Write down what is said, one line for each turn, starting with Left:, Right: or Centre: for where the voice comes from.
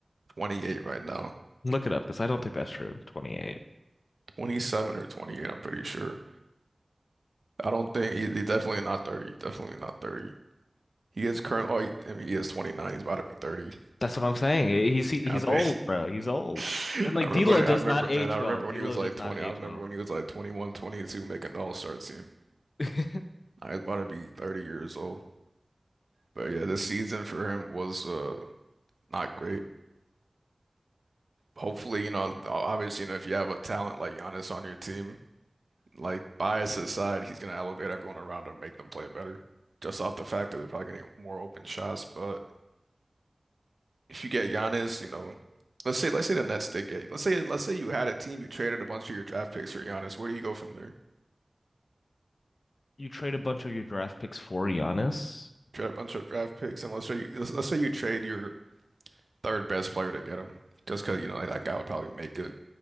Right: 28 right now.
Left: Look it up because I don't think that's true. 28.
Right: 27 or 28, I'm pretty sure. I don't think he, he's definitely not 30. Definitely not 30. He is current. Oh, he- I mean, he is 29. He's about to be 30.
Left: That's what I'm saying. He's he, he's
Right: Yeah, I think
Left: old, bro. He's old.
Right: <laughs>
Left: And like
Right: I remember
Left: D'Lo
Right: when,
Left: does
Right: I remember,
Left: not age
Right: man. I remember
Left: well. D'Lo
Right: when he was like
Left: does
Right: 20.
Left: not age
Right: I remember
Left: well.
Right: when he was like 21, 22, making the All-Star team.
Left: <laughs>
Right: I was about to be 30 years old. But yeah, this season for him was uh not great. Hopefully, you know, obviously, you know, if you have a talent like Giannis on your team, like bias aside, he's gonna elevate everyone around him, make them play better. Just off the fact that they're probably getting more open shots. But if you get Giannis, you know, let's say let's say the Nets did get, let's say let's say you had a team, you traded a bunch of your draft picks for Giannis. Where do you go from there?
Left: You trade a bunch of your draft picks for Giannis.
Right: trade a bunch of draft picks, and let's say you, let's, let's say you trade your third best player to get him, just because you know like, that guy would probably make a